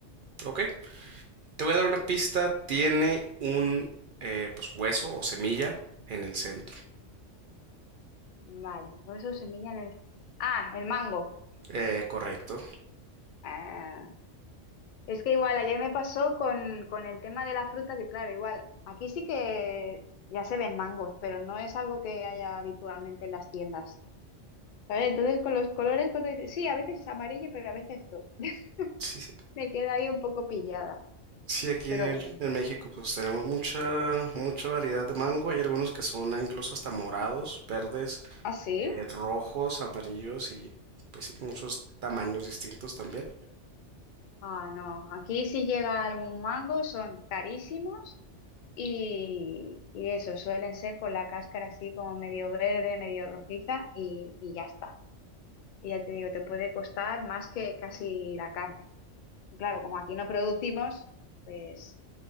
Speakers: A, on the right; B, on the left.
A: Ok. Te voy a dar una pista. Tiene un eh, pues hueso o semilla en el centro.
B: Vale, hueso, semilla en el... Ah, el mango.
A: Eh, correcto.
B: Ah, es que igual ayer me pasó con, con el tema de la fruta, que claro, igual aquí sí que ya se ven mangos, pero no es algo que haya habitualmente en las tiendas. ¿sabes? Entonces con los colores, cuando dices, sí, a veces es amarillo, pero a veces no. <laughs>
A: Sí, sí.
B: Me queda ahí un poco pillada,
A: Sí, aquí
B: pero bueno.
A: en México pues tenemos mucha mucha variedad de mango. Hay algunos que son ah, incluso hasta morados, verdes.
B: ¿Ah, sí?
A: eh, rojos, amarillos y pues sí, muchos tamaños distintos también.
B: Ah, no. Aquí si llega algún mango son carísimos y, y eso, suelen ser con la cáscara así como medio verde, medio rojiza y, y ya está. Y ya te digo, te puede costar más que casi la carne. Claro, como aquí no producimos, pues,